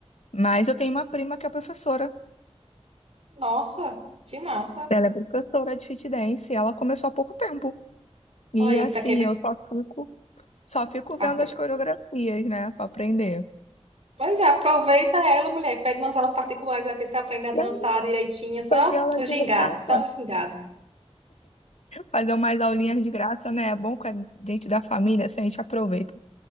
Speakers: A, on the left; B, on the right.
A: Mas eu tenho uma prima que é professora.
B: Nossa, que massa.
A: Ela é professora de fit dance, e ela começou há pouco tempo. E
B: Olha aí,
A: assim,
B: pra quem vai...
A: eu só fico Só fico vendo
B: apro-
A: as coreografias, né, Pra aprender.
B: Pois é, aproveita ela, mulher. Pede umas aulas particulares, aí pra você aprender a dançar
A: E aí,
B: direitinho, só
A: fazer aula
B: os
A: de
B: gingados,
A: graça.
B: só os gingados.
A: Fazer umas aulinhas de graça, né? É bom com a gente da família, assim, a gente aproveita.